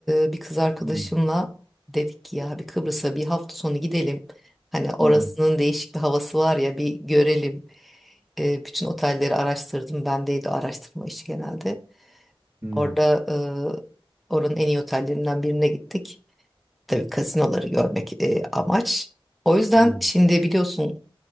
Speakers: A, in the centre; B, on the right.
A: e, bir kız arkadaşımla
B: Hmm,
A: dedik ki ya bir Kıbrıs'a bir hafta sonu gidelim. Hani orasının
B: hmm,
A: değişik bir havası var ya bir görelim. E, bütün otelleri araştırdım. Bendeydi o araştırma işi genelde.
B: hmm,
A: Orada e, oranın en iyi otellerinden birine gittik. Tabii gazinoları görmek e, amaç. O yüzden
B: hmm.
A: şimdi biliyorsun